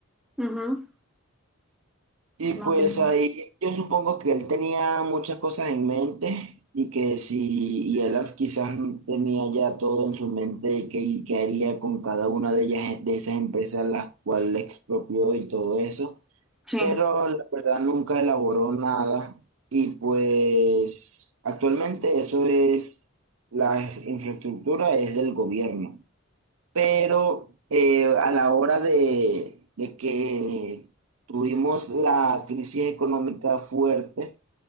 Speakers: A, in the centre; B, on the right (about 75°).
A: Ujú.
B: Y
A: Madre
B: pues
A: mía.
B: ahí yo supongo que él tenía muchas cosas en mente y que si y él quizás tenía ya todo en su mente y que, y qué haría con cada una de ellas, de esas empresas las cuales expropió y todo eso,
A: Sí.
B: pero la verdad nunca elaboró nada y pues actualmente eso es, la infraestructura es del gobierno pero eh, a la hora de, de que tuvimos la crisis económica fuerte,